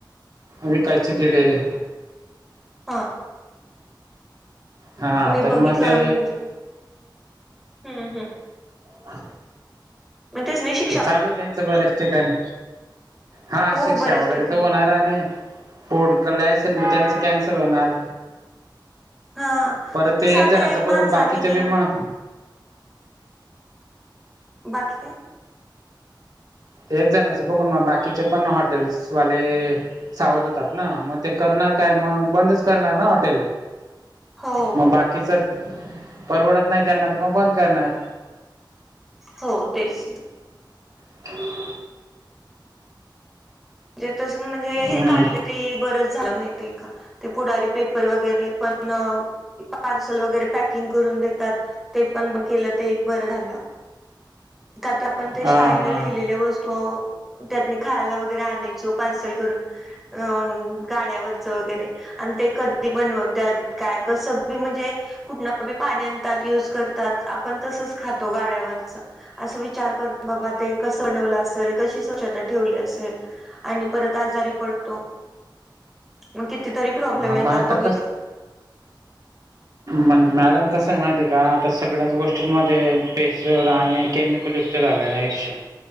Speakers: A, on the right; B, in the centre.
A: विकायची ती डेअरीला
B: हा
A: हा
B: मी
A: तर
B: बघितलं
A: मग ते
B: आणि म्हणजे हम्म हम्
A: हा
B: मग ते स्ने <unintelligible>
A: तर चालू आहे त्यांच बऱ्याच ठिकाणी हा
B: हो
A: शिक्षा
B: बऱ्याच
A: वगैरे
B: ठिकाणी
A: तर होणार आणि <inaudible> त्यांच कॅन्सल होणार
B: हा
A: परत ते
B: साधे
A: एक जनाच
B: माणसानी
A: बघून बाकीच बी म
B: बाकी काय?
A: एक जणचं बघून मग बाकीचे पण हॉटेल्सवाले सावध होतात ना मग ते करणार काय मग बंदच करणार ना हॉटेल
B: हो
A: मग बाकीच परवडत नाही त्यांना तर मग बंद करणार
B: हो तेच
A: <unintelligible>
B: जे तसं म्हणजे हे
A: हम्म
B: काढलं ते बरंच झालं माहिती आहे का ते पुढारी पेपर वगैरे पण पार्सल वगैरे पॅकिंग करून देतात ते पण बंद केलं ते एक बरं झालं त्यात आपण ते
A: हा
B: शाईन लिहिले ल वस्तू त्यानी खायला वगरे आणायचो पार्सल करून अ गाड्यावरच वगैरे आणि ते कधी बनत्यात काय कसं बी म्हणजे कुठन बी पाणी आणतात युज करतात आपण तसच खातो गाड्यावरच अस विचार करत बाबा ते कसं बनवलं असल कशी स्वच्छता ठेवली असेल आणि परत आजारी पडतो मग किती तरी प्रॉब्लेम
A: हा मग
B: येतात
A: आता
B: बघितलं <inaudible>
A: मग मॅडम कस आहे माहिती आहे का आता सगळ्याच गोष्टींमध्ये भेसळ आणि केमिकल युक्त झालं आहे आयुष्यात